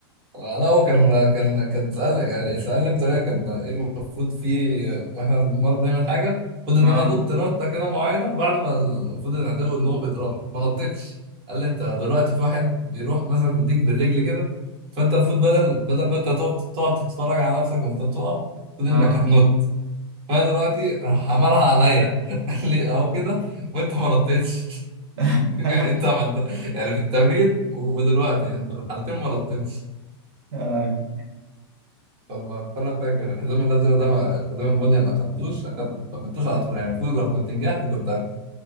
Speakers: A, on the right (about 40°); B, on the right (about 70°).
A: آه، لا هو كان كان كان سأل يعني سألني بطريقة كان إيه المفروض فيه آه، وإحنا بنتمرن بنعمل حاجة المفروض
B: لا
A: إن أنا أنط نطة كده معينة بعد ما المفروض إن العدو إن هو بيضربني ما نطيتش قال لي أنت دلوقتي في واحد بيروح مثلا بيديك بالرجل كده فأنت المفروض بدل بدل ما أنت تقعد تقعد تتفرج على نفسك وأنت بتقع المفروض
B: لا
A: إنك هتنط فانا دلوقتي راح عملها عليا <laughs> قال لي اهو كده وانت ما نطيتش <laughs>
B: <laughs>
A: يعني انت عملت يعني في التمرين و- ودلوقتي يعني في الحالتين ما نطيتش
B: يا لهوي.
A: فالم- فانا فاكر الحزام الازرق ده ما الحزام البني ما اخدتوش أخدت- ما اخدتوش على طول يعني المفروض لو كنت نجحت كنت هاخده.